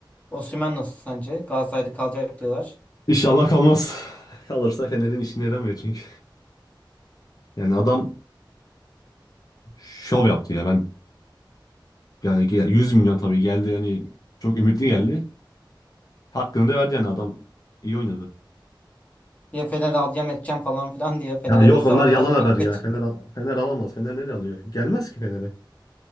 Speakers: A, on the left (about 15°); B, on the left (about 45°).
A: Osimhen nasıl sence? Galatasaray'da kalacak diyorlar.
B: İnşallah kalmaz. <laughs> Kalırsa Fener'in işine yaramıyor çünkü. Yani adam şov yaptı ya. Ben Yani gel- 100 milyon tabii geldi yani çok ümitli geldi. Hakkını da verdi yani adam iyi oynadı.
A: Ya Fener alacağım edeceğim falan filan diye. Fener
B: Ya
A: alırsa
B: yok onlar
A: vallahi
B: yalan haber
A: <laughs>
B: ya.
A: kaç.
B: Fener, al- Fener alamaz. Fener nereye alıyor? Gelmez ki Fener'e.